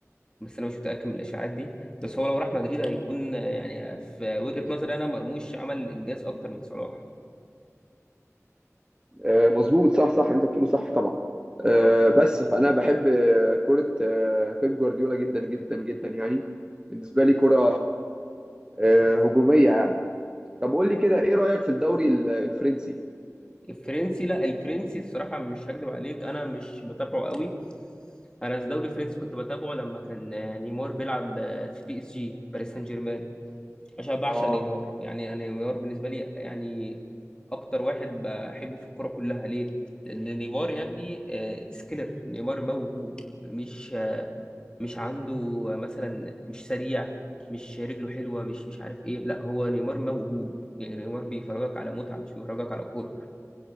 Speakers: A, on the left (about 15°); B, on the right (about 15°).
A: بس انا مش متاكد من الاشاعات دي بس هو لو راح مدريد هيكون آه، يعني في وجهه نظري انا مرموش عمل انجاز اكتر من صلاح
B: آه، مظبوط صح صح انت بتقوله صح طبعا آه،
A: اه
B: بس فانا بحب آه، كرة آه، بيب جوارديولا جدا جدا جدا يعني بالنسبة لي كرة آه، هجومية يعني طب قول لي كده ايه رأيك في الدوري ال- الفرنسي
A: الفرنسي لا الفرنسي الصراحه مش هكدب عليك انا مش بتابعه قوي انا الدوري الفرنسي كنت بتابعه لما كان آه، نيمار بيلعب آه، في بي اس جي باريس سان جيرمان مش بعشق
B: اه
A: نيمار يعني أنا نيمار بالنسبه لي يعني اكتر واحد بحبه في الكوره كلها ليه لان نيمار يا ابني آه، سكيلر نيمار موهوب مش آه، مش عنده آه، مثلا مش سريع مش رجله حلوه مش مش عارف ايه لا هو نيمار موهوب يعني نيمار بيفرجك على متعه مش بيفرجك على كوره